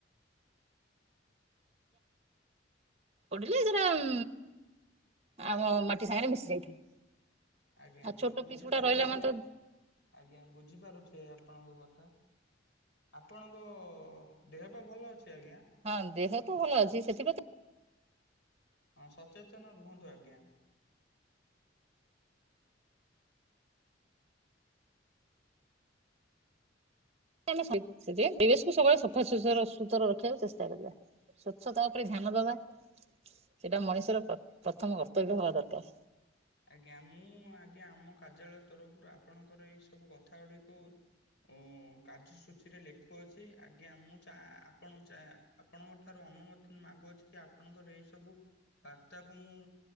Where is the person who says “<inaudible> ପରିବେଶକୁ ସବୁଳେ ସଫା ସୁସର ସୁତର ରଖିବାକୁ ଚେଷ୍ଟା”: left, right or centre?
Right